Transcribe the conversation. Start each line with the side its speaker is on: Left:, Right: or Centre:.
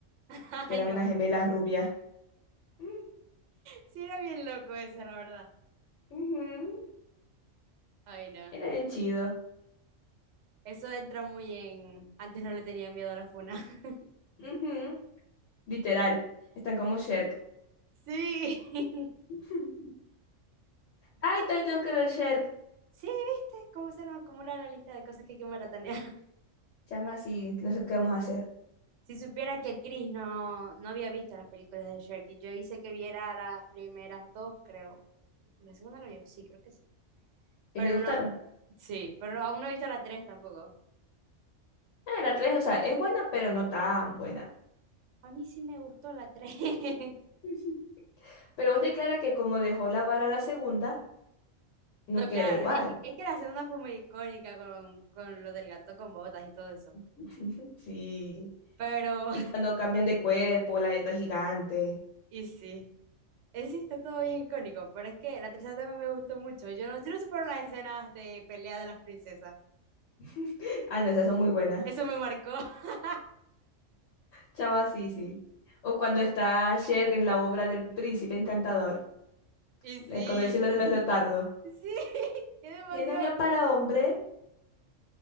Right: Ay,
Left: que eran
Right: no.
Left: unas gemelas rubias. Mm,
Right: Sí, era bien loco eso, la verdad.
Left: ujú,
Right: Ay, no.
Left: Era bien chido.
Right: Eso entra muy en... Antes no le tenían miedo a la funa. <laughs>
Left: ujú, Literal. Están como Sherk.
Right: Sí, <laughs>
Left: <laughs> Ujú. Ay, también tenemos que ver Sherk.
Right: sí, ¿viste? Cómo se nos acumula la lista de cosas que hay que maratonear. <laughs>
Left: Llama así, que no sé qué vamos a hacer.
Right: Si supiera que Chris no, no había visto las películas de Shrek y yo hice que viera las primeras dos, creo. La segunda la vio, sí, creo que sí.
Left: ¿Y
Right: Pero
Left: le gustaron?
Right: no, sí, pero aún no he visto la tres tampoco.
Left: Ah, la 3, o sea, es buena, pero no tan buena.
Right: A mí sí me gustó la tres. <laughs>
Left: <laughs> Ujú. Pero vos te clara que como dejó la vara a la segunda, no
Right: No,
Left: queda
Right: claro,
Left: igual.
Right: es que, es que la segunda fue muy icónica con, con lo del gato con botas y todo eso.
Left: <laughs> Sí.
Right: Pero,
Left: Y cuando cambian de cuerpo, la letra gigante.
Right: <laughs> y sí. Ese sí está todo bien icónico, pero es que la tercera también me gustó mucho. Yo no, yo no supero las escenas de pelea de las princesas.
Left: <laughs> Ah, no, esas son muy buenas.
Right: Eso me marcó. <laughs>
Left: Chava, sí, sí. O cuando está Cher en la obra del Príncipe Encantador.
Right: Y sí,
Left: le- Cuando dice lo de los leotardos.
Right: sí, <laughs> es demasiado,
Left: Que no había para hombre.